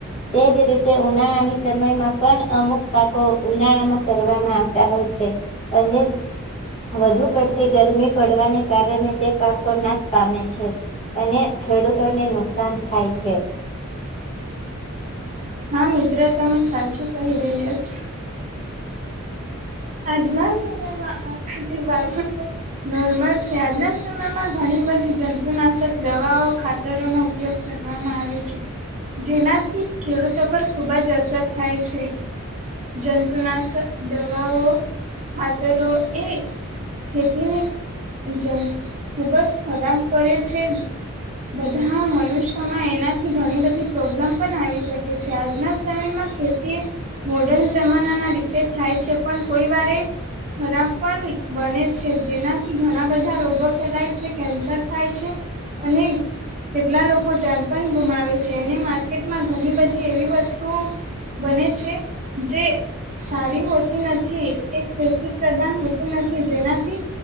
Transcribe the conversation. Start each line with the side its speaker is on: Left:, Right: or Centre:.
Left: તે જ રીતે ઉનાળાની સમયમાં પણ અમુક પાકો ઉનાળામાં કરવામાં આવતા હોય છે અને વધુ પડતી ગરમી પડવાને કારણે તે પાકો નાશ પામે છે અને ખેડૂતોને નુકસાન થાય છે
Right: હા મિત્ર તમે સાચું કહી રહ્યા છો આજના સમયમાં આ બધી બાબતો નોર્મલ આજના સમયમાં ઘણી બધી જંતુનાશક દવાઓ ખાતરોનો ઉપયોગ કરવામાં આવે છે જેનાથી ખેડૂતો પર ખુબ જ અસર થાય છે. જંતુનાશક દવાઓ ખાતરો એ ખેતીને ઈજન ખુબ જ ખરાબ કરે છે બધા મનુષ્યોમાં એનાથી ઘણી બધી પ્રોબ્લેમ પણ આવી શકે છે આજના સમયમાં ખે તી મોર્ડન જમાના ના રીતે થાય છે પણ કોઈ વારે ખરાબ પણ બને છે જેનાથી ઘણા બધા રોગો ફેલાય છે કેન્સર થાય છે અને કેટલા લોકો જાનપણ ગુમાવે છે અને માર્કેટમાં ઘણી બધી એવી વસ્તુ બને છે જે સારી હોતી નથી એ ખેતી પ્રદાન હોતી નથી જેનાથી